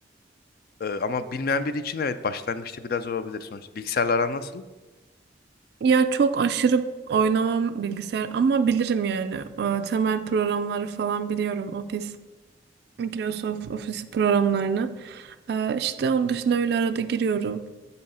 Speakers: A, on the left; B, on the right.
A: Eee, ama bilmeyen biri için evet başlangıçta biraz zor olabilir sonuçta. Bilgisayarla aran nasıl?
B: Ya çok aşırı oynamam bilgisayar ama bilirim yani. Ee, Temel programları falan biliyorum. Office, Microsoft Office programlarını. Ee, işte onun dışında öyle arada giriyorum.